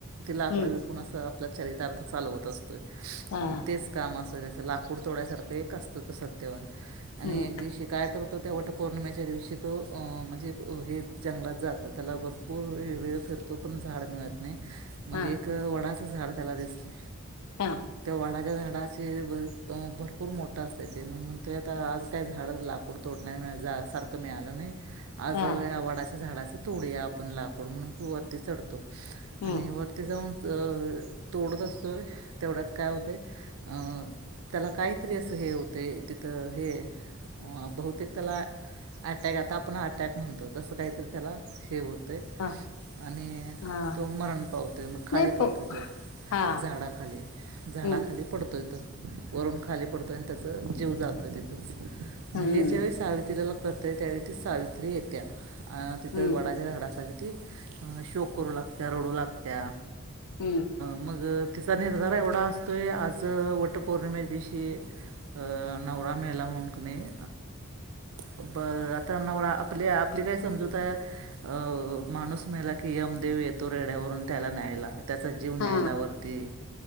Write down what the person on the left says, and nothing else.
हम्म
हा
हम्म
हा
हा.
हा
हम्म
हा
हा
नाही
प
हा
हम्म
हम्म
हम्म
हम्म
हा